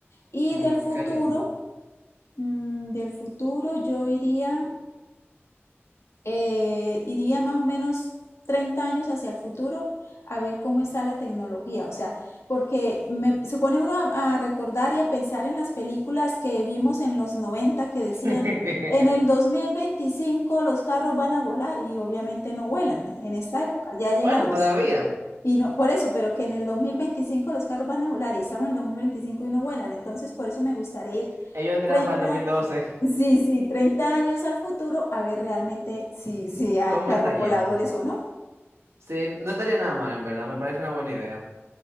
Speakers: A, on the left; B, on the right.
A: Y
B: Mm,
A: del futuro,
B: qué lindo.
A: mm, del futuro yo iría eh, iría más o menos 30 años hacia el futuro a ver cómo está la tecnología. O sea, porque me, se pone uno a, a recordar y a pensar en las películas que vimos en los 90 que decían,
B: <laughs>
A: en el 2025 los carros van a volar y obviamente no vuelan. En esta época ya llegamos
B: Bueno, todavía.
A: y no, por eso, pero que en el 2025 los carros van a volar y estamos en el 2025 y no vuelan. Entonces, por eso me gustaría ir
B: Ellos tiran
A: 30
B: para el dos mil doce
A: sí, sí, 30 años al futuro a ver realmente si, si hay
B: ¿Cómo
A: carros
B: está yendo?
A: voladores o no.
B: Sí, no estaría nada mal, en verdad. Me parece una buena idea.